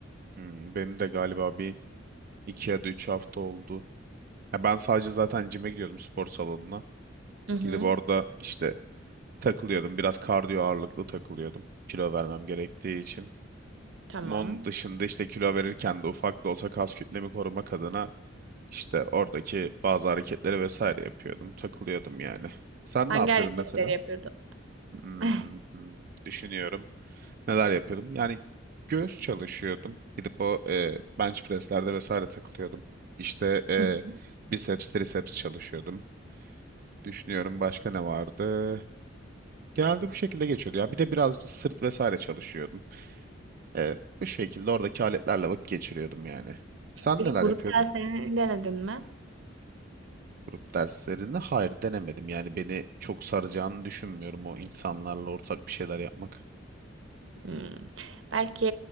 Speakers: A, on the right; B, on the right.
A: Hmm, benim de galiba bir iki ya da üç hafta oldu. Ya ben sadece zaten cime gidiyordum spor salonuna.
B: Hı hı.
A: Gidip orada işte takılıyordum. Biraz kardiyo ağırlıklı takılıyordum. Kilo vermem gerektiği için.
B: Tamam.
A: Onun dışında işte kilo verirken de ufak da olsa kas kütlemi korumak adına işte oradaki bazı hareketleri vesaire yapıyordum. Takılıyordum yani. Sen
B: Hangi
A: ne yapıyordun
B: hareketleri
A: mesela?
B: yapıyordun?
A: Hmm,
B: <laughs>
A: düşünüyorum. Neler yapıyordum? Yani göğüs çalışıyordum. Gidip o e, bench presslerde vesaire takılıyordum. İşte e,
B: Hı hı.
A: biceps, triceps çalışıyordum. Düşünüyorum başka ne vardı? Genelde bu şekilde geçiyordu. Ya bir de birazcık sırt vesaire çalışıyordum. E, bu şekilde oradaki aletlerle vakit geçiriyordum yani. Sen
B: Peki
A: neler
B: grup
A: yapıyordun?
B: derslerini denedin mi?
A: Grup derslerini hayır denemedim. Yani beni çok saracağını düşünmüyorum o insanlarla ortak bir şeyler yapmak.
B: Hmm. Belki